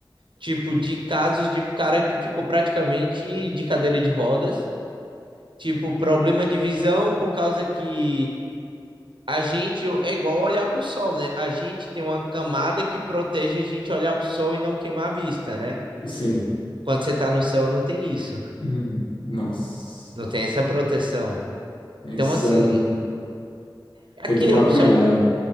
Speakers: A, on the right; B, on the left.
A: tipo, de casos de cara que ficou praticamente de cadeira de rodas, tipo, problema de visão por causa que a gente é igual olhar pro sol, né? A gente tem uma camada que protege a gente olhar pro sol e não queimar a vista, né?
B: Sim.
A: Quando você tá no céu, não tem isso,
B: Uhum. Nossa.
A: não tem essa proteção.
B: É
A: Então,
B: insano,
A: assim,
B: né?
A: é
B: Tem
A: aquilo,
B: que tomar cuidado.
A: só que,